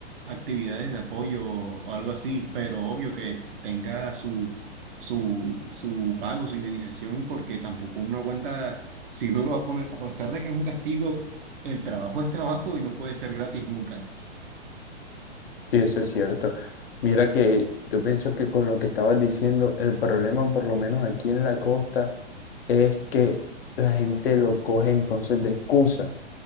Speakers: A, on the right; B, on the left.
A: actividades de apoyo o algo así, pero obvio que tenga su, su, su pago, su indemnización, porque tampoco uno aguanta, si uno lo va a poner, a pesar de que es un castigo, el trabajo es trabajo y no puede ser gratis nunca.
B: Sí, eso es cierto. Mira que yo pienso que con lo que estabas diciendo, el problema, por lo menos aquí en la costa, es que la gente lo coge entonces de excusa.